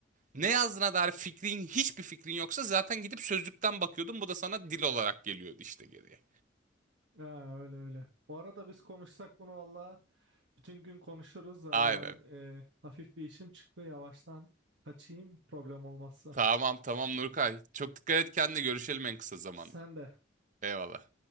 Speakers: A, on the right (about 45°); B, on the right (about 70°).
A: ne yazdığına dair fikrin hiçbir fikrin yoksa zaten gidip sözlükten bakıyordun. Bu da sana dil olarak geliyordu işte geriye.
B: Ha, öyle öyle. Bu arada biz konuşsak bunu valla bütün gün konuşuruz. Yani
A: Aynen.
B: ben e, hafif bir işim çıktı yavaştan kaçayım problem olmazsa.
A: Tamam tamam Nurkay. Çok dikkat et kendine görüşelim en kısa zamanda.
B: Sen de.
A: Eyvallah.